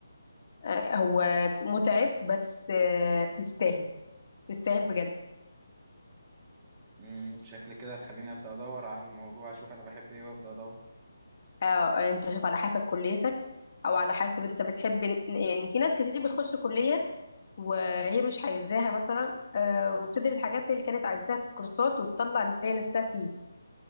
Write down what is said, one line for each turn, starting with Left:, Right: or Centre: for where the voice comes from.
Left: آه، هو متعب بس آه، يستاهل يستاهل بجد
Right: امم شكل كده هتخليني ابدا ادور على الموضوع اشوف انا بحب ايه وابدا ادور
Left: اه انت شوف على حسب كليتك او على حسب انت بتحب ن- يعني في ناس كتير بتخش كلية وهي مش عايزاها مثلا آه، وبتدرس حاجات اللي كانت عايزاها في الكورسات وتطلع اللي هي نفسها فيه